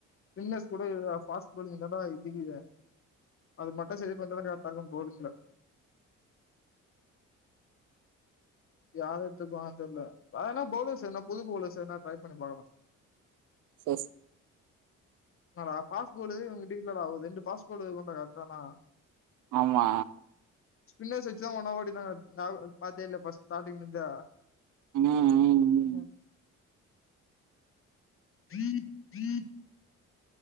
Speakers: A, on the left (about 45°); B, on the right (about 85°).
A: ஸ்பின்னெர்ஸ் கூட பர்ஸ்ட் பௌலிங் தான் இடிக்குதே அது மட்டும் சரி பண்ணாக கரெட்டா இருக்கும் பவுலிங்ல யார எத்துக்கும் தெரியல அதனா பௌலர்ஸ் என்ன புது போல பௌலர்ஸ் என்னா ட்ரை பண்ணி பார்க்கலாம்
B: எஸ்
A: னடா பாஸ்போர்டு உங்க டீம்ல ஆகுது ரெண்டு பாஸ்பர்டு கொண்ட கனா
B: ஆமா
A: ஸ்பின்னர்ர் வச்சு தான் உன்னவஓடி தாங்க பாத்தே இல்ல பஸ்ட் ஸ்டார்ட்ங்ல இருந்தே
B: ம் ம் ம்
A: உஹம் உம் உம்